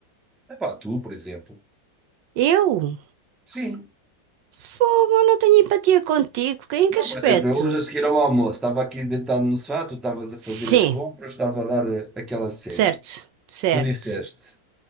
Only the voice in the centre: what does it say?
Epá, tu, por exemplo.
Sim.
Não,
por exemplo, eu hoje a seguir ao almoço estava aqui deitado no sofá, tu estavas a
fazer as compras, estava a dar eh, aquela série.
Tu disseste,